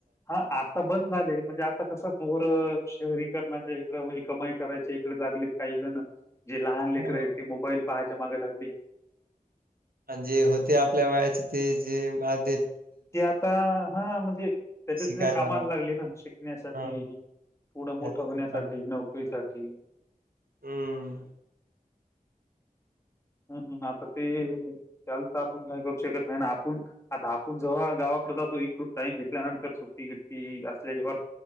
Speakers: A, on the left (about 20°); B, on the right (about 85°).
A: हा आप आता बंद झाले, म्हणजे आता कसं पोहरं शहरी करणाच्या इकड, म्हणजे कमाई करायच्या इकडे लागली काही जण. जे लहान लेकर
B: हो.
A: आहेत, ते मोबाईल पहायच्या मागे लागले.
B: आणि जे होते आपल्या वयाचे, ते जे आदे
A: ते आता हां, म्हणजे त्याच्या-त्याच्या
B: शिकायला
A: कामाला लागली ना शिकण्यासाठी.
B: हा
A: पुढ
B: जास्त
A: मोठं होण्यासाठी,
B: काम नाही.
A: नोकरीसाठी.
B: हम्म.
A: ह आता ते चालत आपण काय करू शकत नाही आणि आपण आता आपण जेव्हा गावाकडडे जातो, इकडून टाइम भेटल्यानंतर सुट्टी गिट्टी असल्या वर.